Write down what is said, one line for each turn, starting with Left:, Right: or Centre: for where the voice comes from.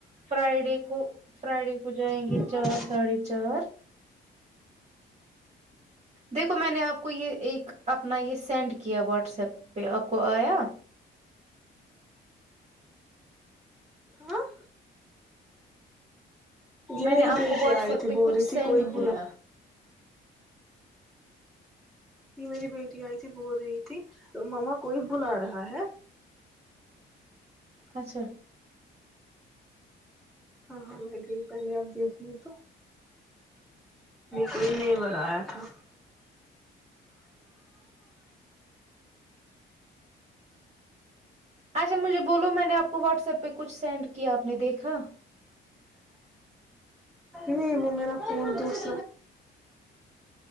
Right: فرائیڈے کو فرائیڈے کو جائیں
Centre: نہیں
Right: گے چار ساڑھے چار دیکھو میں نے آپ کو یہ ایک اپنا یہ سینڈ کیا واٹسپ پہ آپ کو آیا
Centre: ہاں یہ
Right: میں
Centre: میری
Right: نے آپ
Centre: بیٹی
Right: کو واٹس
Centre: آئی
Right: ایپ
Centre: تھی
Right: پہ
Centre: بول
Right: کچھ
Centre: رہی
Right: سینڈ
Centre: تھی کوئی بلا
Right: کیا
Centre: یہ میری بیٹی آئی تھی بول رہی تھی ماما کوئی بلا رہا ہے
Right: اچھا
Centre: ہاں ہاں میں گئی پہلے آپ دیکھ ل تو کوئی نبر آیا تھا
Right: اچھا مجھے بولو میں نے آپ کو واٹس ایپ پہ کچھ سینڈ کیا آپ نے دیکھا
Centre: نہیں ممیرا فون دس